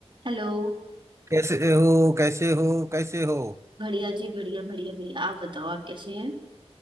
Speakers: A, on the right; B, on the right.
A: हेलो
B: कैसे हो कैसे हो कैसे हो
A: बढ़िया जी बढ़िया बढ़िया बढ़िया आप बताओ आप कैसे हैं